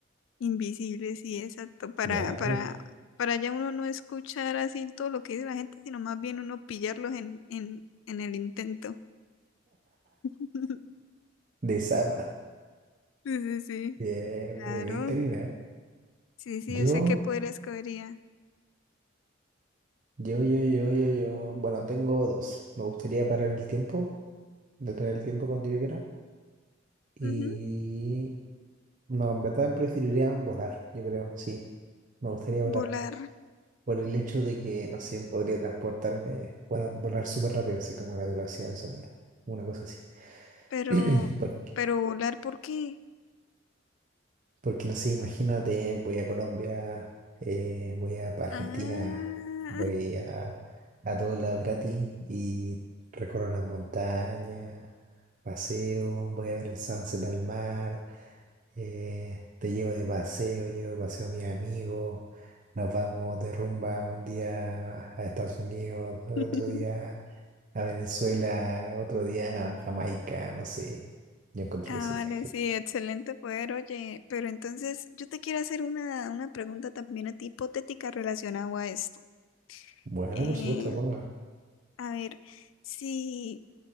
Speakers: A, on the left; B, on the right.
A: Invisible, sí, exacto. Para,
B: Ya,
A: para,
B: perfecto.
A: para ya uno no escuchar así todo lo que dice la gente, sino más bien uno pillarlos en, en, en el intento. <laughs>
B: De zapa.
A: Sí, sí, sí.
B: Bien,
A: Claro.
B: bien, bien, Karina, ¿eh?
A: Sí, sí,
B: Yo,
A: yo sé qué poder escogería.
B: yo, yo, yo, yo, yo, bueno, tengo dos. Me gustaría parar el tiempo, detener el tiempo cuando yo quiera. Y
A: Ujú,
B: no, en verdad preferiría volar, yo creo, sí. Me gustaría volar.
A: Volar.
B: Por el hecho de que, no sé, podría transportarme, bueno, volar súper rápido, así como a la velocidad del sonido. Una cosa así.
A: Pero,
B: <clears throat> Porque
A: pero volar, ¿por qué?
B: Porque no sé, imagínate, voy a Colombia, eh, voy a pa- Argentina,
A: Ah.
B: voy a, a todos lados gratis y recorro las montañas, paseo, voy a ver el sunset al mar, eh, te llevo de paseo, llevo de paseo a mis amigos, nos vamos de rumba un día a Estados Unidos, otro
A: <laughs>
B: día a Venezuela, otro día a Jamaica, no sé. Yo encuentro
A: Ah,
B: que sería
A: vale,
B: genial.
A: sí, excelente poder, oye, pero entonces yo te quiero hacer una, una pregunta también a ti hipotética relacionada a esto.
B: Bueno,
A: Eh,
B: por supuesto, ponga.
A: a ver, si,